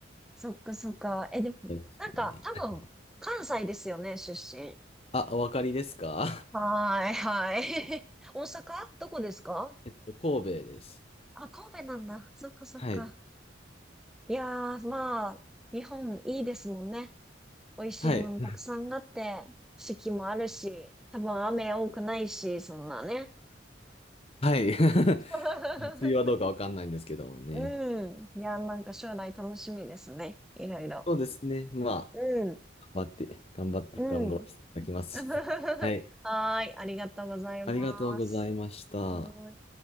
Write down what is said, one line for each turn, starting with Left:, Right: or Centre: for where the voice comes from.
Centre: そっかそっか。え、でも、
Left: りますけどね。
Centre: なんか多分、
Left: はい
Centre: 関西ですよね、出身。
Left: あ、お分かりですか
Centre: はーい、はい。<laughs> 大阪どこですか
Left: <laughs> えっと、<laughs> 神戸です。
Centre: あ、神戸なんだ。そっかそっか。
Left: はい。
Centre: いやー、まあ、日本いいですもんね。美味しいものたくさんあって、
Left: はい。<laughs>
Centre: 四季もあるし、多分雨多くないし、そんなね。
Left: はい。<laughs>
Centre: <laughs>
Left: 梅雨はどうかわかんないんですけどもね。
Centre: うん。いやー、なんか将来楽しみですね。いろいろ。
Left: そうですね。まあ、
Centre: うん、
Left: 頑張って、頑張って、
Centre: うん。
Left: 頑張らせていただきます。
Centre: <laughs>
Left: <laughs> はい。
Centre: はーい、ありがとうございます。
Left: ありがとうございました。
Centre: はーい。